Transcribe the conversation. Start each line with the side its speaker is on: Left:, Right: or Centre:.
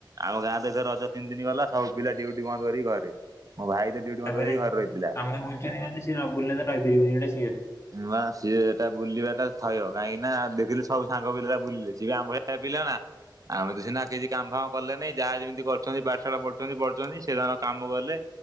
Right: ଆମ ଗାଁ ତ ଏଥର ରଜ ତିନି ଦିନ ଗଲା ସବୁ ପିଲା ଡ୍ୟୁଟି ବନ୍ଦ କରିକି ଘରେ। ମୋ ଭାଇ ତ ଡ୍ୟୁଟି ବନ୍ଦ
Left: ତା ପରେ,
Right: କରିକି ଘରେ ରହିଥିଲା।
Left: ଆମେ ବୁଲୁଛନ୍ତି ମାନେ ସେ ନ ବୁଲିଲେ ତ ରହି ପାରିବନି ଏଟା ସିଓର୍।
Right: ବା ସିଏ ଏଟା ବୁଲିବାଟା ଥୟ କାହିଁକି ନା ଦି ଦିନ ସବୁ ସାଙ୍ଗ ପିଲା ଗୁଡ଼ା ବୁଲିଲେ ସିଏ ବି ଆମ ଭଳିଆ ପିଲ ନା। ଆମେ ତ ସିନା କିଛି କାମ ଫାମ କଲେ ନାଇଁ। ଯାହା ଯେମିତି କରୁଛନ୍ତି ପାଠଶାଢା ପଢୁଛନ୍ତି ପଢୁଛନ୍ତି ସେ ତାଙ୍କ କାମ କଲେ